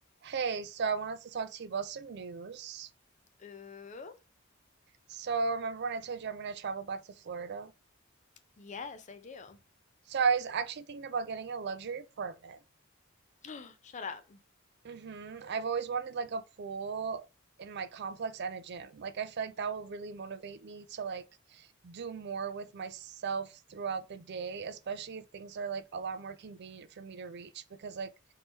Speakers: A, on the right (about 55°); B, on the left (about 35°).
A: Hey, so I wanted to talk to you about some news.
B: Ooh.
A: So, remember when I told you I'm gonna travel back to Florida?
B: Yes, I do.
A: So, I was actually thinking about getting a luxury apartment.
B: <gasps> Shut up.
A: Mm-hmm. I've always wanted like a pool in my complex and a gym. Like, I feel like that will really motivate me to like do more with myself throughout the day, especially if things are like a lot more convenient for me to reach. Because, like,